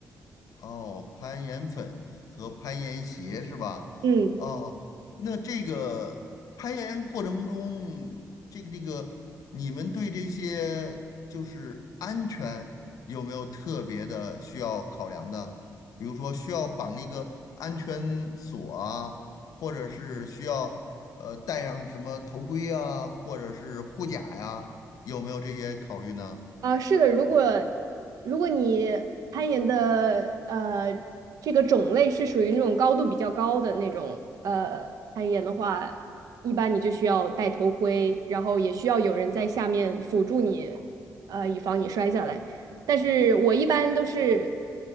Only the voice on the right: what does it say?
嗯。
啊，是的，如果如果你攀岩的呃这个种类是属于那种高度比较高的那种呃攀岩的话，一般你就需要戴头盔，然后也需要有人在下面辅助你，呃，以防你摔下来。但是我一般都是